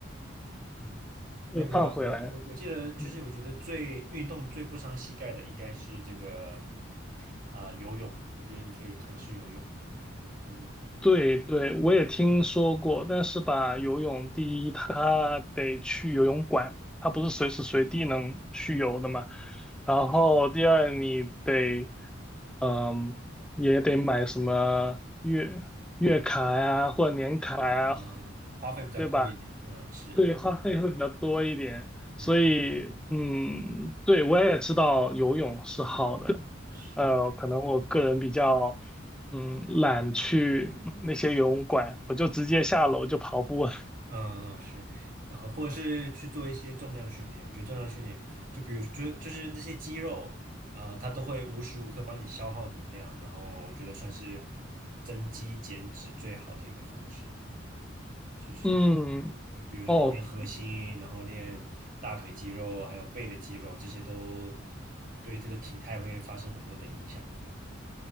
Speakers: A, on the right; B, in the centre.
A: 嗯哼，那个我我记得就是我觉得最运动最不伤膝盖的应该是这个
B: 又胖回来了。嗯
A: 呃游泳，我觉得你可以尝试游泳一下，游泳特别好，
B: 对对，我也听说过，但是吧，游泳第一，它得去游泳馆，它不是随时随地能去游的嘛。然后第二，你得嗯，也得买什么月月卡呀，或者年卡呀，
A: 啊，花费比较多一点，
B: 对吧？
A: 嗯、是，
B: 对，花费会比较多一点，
A: 嗯
B: 所以，嗯，对，我也知道游泳是好的，
A: 是，
B: 呃，可能我个人比较，嗯，懒去那些游泳馆，我就直接下楼就跑步了。
A: 嗯嗯是，然后或者是去做一些重量训练，我觉得重量训练就比如就就是那些肌肉，呃，它都会无时无刻帮你消耗能量，然后我觉得算是增肌减脂最好的一个方式。就是
B: <laughs> 嗯，
A: 对，比如说你练核心，
B: 哦，
A: 然后练大腿肌肉，还有背的肌肉，这些都对这个体态会发生很多的影响。对。